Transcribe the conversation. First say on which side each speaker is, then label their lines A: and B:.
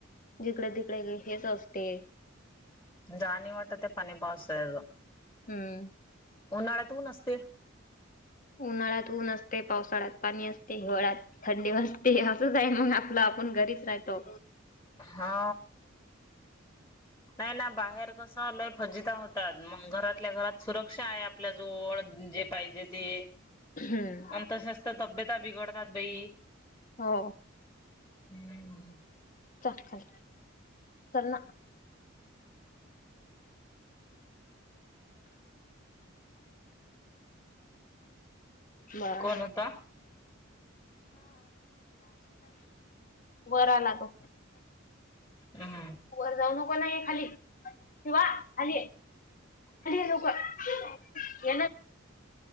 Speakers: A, on the left; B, on the left.
A: जिकडे तिकडे हेच असते.
B: जाणी वाटत ते पनी पावसाळ्यांच.
A: हूम.
B: उन्हाळ्यात ऊन असते.
A: उन्हाळ्यात ऊन असते. पावसाळ्यात पाणी असते. हिवाळ्यात थंडी वाजती असंच आहे मग आपलं. आपण घरीच राहतो.
B: हा नाही ना, बाहेर कस हा लय फजिता होतात, मग घरातल्या घरात सुरक्षा आहे आप आपल्या जवळ जे पाहिजे ते.
A: हम्म
B: आणि तसंच तब्यता बिघडतात बई.
A: हो.
B: हम्म
A: चाटकन चला <inaudible> बर
B: कोण होता
A: <inaudible> वर आला तो.
B: हा
A: वर जाऊ नको ना ये खाली शिवा खाली ये.
B: <unintelligible>
A: लोक ऐकत